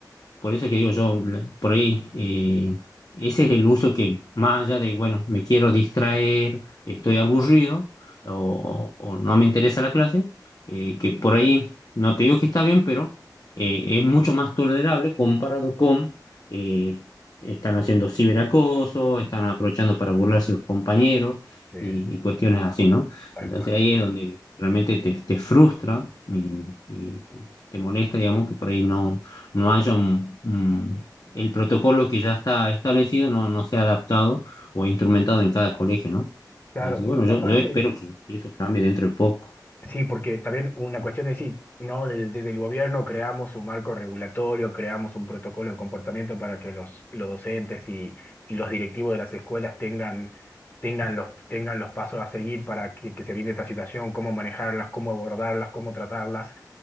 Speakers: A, on the left (about 60°); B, on the left (about 25°).
A: por eso que digo yo, la- por ahí, eh, ese es el uso que más allá de, bueno, me quiero distraer, estoy aburrido o, o no me interesa la clase, eh, que por ahí, no te digo que está bien, pero eh, es mucho más tolerable comparado con, eh, están haciendo ciberacoso, están aprovechando para burlarse los compañeros
B: eh,
A: y, y cuestiones así, ¿no?
B: tal
A: Entonces
B: cual.
A: ahí es donde realmente te, te frustra y, y te, te- te molesta, digamos, que por ahí no, no haya un, un- el protocolo que ya está establecido no, no sea adaptado o instrumentado en cada colegio, ¿no?
B: Claro,
A: Así que
B: y
A: bueno, yo,
B: aparte,
A: yo espero que eso cambie dentro de poco.
B: sí, porque también una cuestión es decir, no, desde, desde el gobierno creamos un marco regulatorio, creamos un protocolo de comportamiento para que los, los docentes y, y los directivos de las escuelas tengan, tengan los, tengan los pasos a seguir para que, que se evite esta situación, cómo manejarlas, cómo abordarlas, cómo tratarlas.